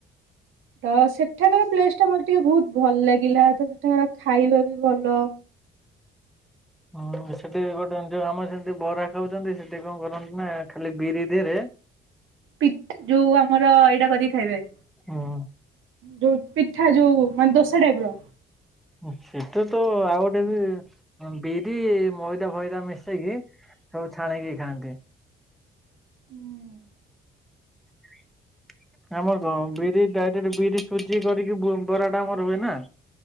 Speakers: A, on the right (about 80°); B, in the centre.
A: ତ ସେଠାକାର ପ୍ଲେସ୍ ଟା ମତେ ଟିକେ ବହୁତ ଭଲ ଲାଗିଲା ତ ସେଠାକାର ଖାଇବା ବି ଭଲ
B: ହୁ ସେଠି ଗୋଟେଏମତି ଯଉ ଆମ ଯେମିତି ବରା ଖାଉଚନ୍ତି ସେଠି କଣ କରନ୍ତି ନା ଖାଲି ବିରି ଦେହେରେ
A: ପିଠ୍ ଯୋଉ ଆମର ଏଇଟା କରିକି ଖାଇବେ
B: ହଁ।
A: ଯୋଉ ପିଠା ଯୋଉ ମାନେ ଦୋସା ଟାଇପ ର
B: ହଁ ସେଟ ତ ଆଉ ଗୋଟେ ବି ବିରି ମଇଦା ଫଇଦା ମିଶେଇକି ସବୁ ଛାଣିକି ଖାଆନ୍ତି।
A: ହୁଁ।
B: <inaudible> ଆମର କଣ ବିରି ଡାଇରେକ୍ଟ ବିରି ସୁଜି କରିକି ବୁ ବରା ଟା ଆମର ହୁଏ ନା